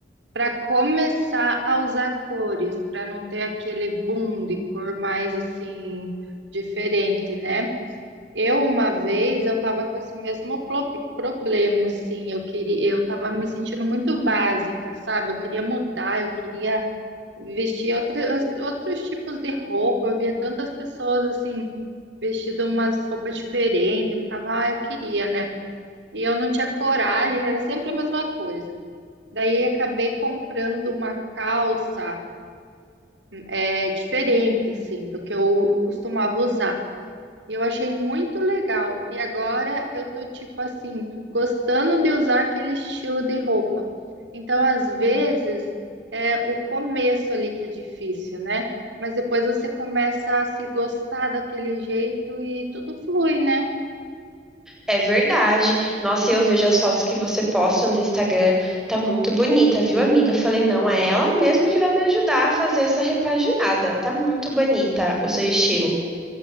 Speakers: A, on the right (about 80°); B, in the centre.
A: Para começar a usar cores, para não ter aquele boom de cor mais assim diferente, né? Eu uma vez eu tava com esse mesmo pro- problema, assim, eu queria, eu tava me sentindo muito básica, sabe? Eu queria mudar, eu queria vestir outras, outros tipos de roupa. Eu via tantas pessoas assim vestindo umas roupas diferentes, eu ficava, ah, eu queria, né? E eu não tinha coragem, era sempre a mesma coisa. Daí acabei comprando uma calça é, diferente, assim, do que eu costumava usar. E eu achei muito legal. E agora eu tô, tipo assim, gostando de usar aquele estilo de roupa. Então, às vezes, é o começo ali que é difícil, né? Mas depois você começa a se gostar daquele jeito e tudo flui, né?
B: É verdade. Nossa, e eu vejo as fotos que você posta no Instagram, tá muito bonita, viu, amiga? Eu falei, não, é ela mesma que vai me ajudar a fazer essa repaginada. Tá muito bonita o seu estilo.